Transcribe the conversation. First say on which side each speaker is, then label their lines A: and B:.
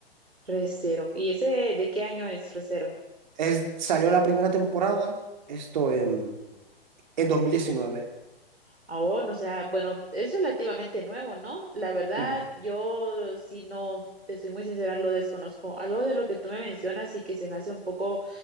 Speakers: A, on the right; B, on the right.
A: Recero. ¿Y ese de qué año es Recero?
B: Es, salió la primera temporada, esto en, en dos mil diecinueve
A: Aún, o sea, bueno, es relativamente nuevo, ¿no? La verdad,
B: Sí.
A: yo sí no, te soy muy sincera, lo desconozco. Algo de lo que tú me mencionas y que se me hace un poco,